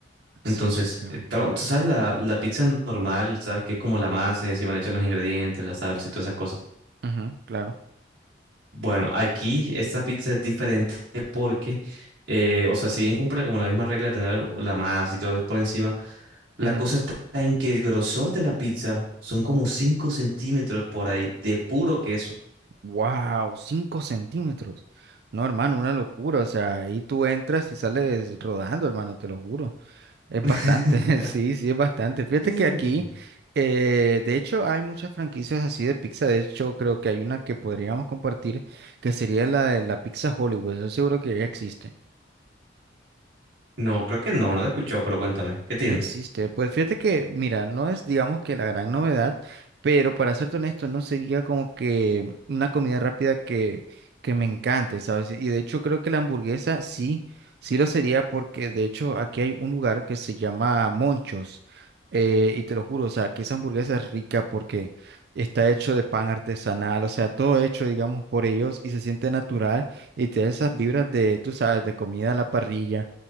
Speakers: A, on the right (about 60°); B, on the right (about 80°).
A: Pizza
B: Entonces,
A: Chicago.
B: eh, ta- tú sabes la, la pizza normal, sabes que es como la masa y encima le echan los ingredientes, la salsa y todas esas cosas.
A: Ujú, claro.
B: Bueno, aquí esta pizza es diferente porque, eh, o sea, si bien cumple como la misma regla de tener la masa y todo por encima, la
A: ujú.
B: cosa está en que el grosor de la pizza son como 5 centímetros por ahí de puro queso.
A: Wow, 5 centímetros. No, hermano, una locura. O sea, ahí tú entras y sales rodando, hermano, te lo juro. Es
B: <laughs>
A: bastante, <laughs> sí, sí, es bastante. Fíjate
B: Mm.
A: que aquí, eh, de hecho, hay muchas franquicias así de pizza. De hecho, creo que hay una que podríamos compartir, que sería la de la pizza Hollywood. Estoy seguro que ya existe.
B: No, creo que no, no la he escuchado, pero cuéntame, ¿qué tiene?
A: No existe. Pues fíjate que, mira, no es, digamos que la gran novedad, pero para serte honesto, no sería como que una comida rápida que, que me encante, ¿sabes? Y de hecho creo que la hamburguesa sí, sí lo sería porque de hecho aquí hay un lugar que se llama Monchos. eh, y te lo juro, o sea, que esa hamburguesa es rica porque está hecho de pan artesanal, o sea, todo hecho, digamos, por ellos y se siente natural y te da esas vibras de, tú sabes, de comida a la parrilla.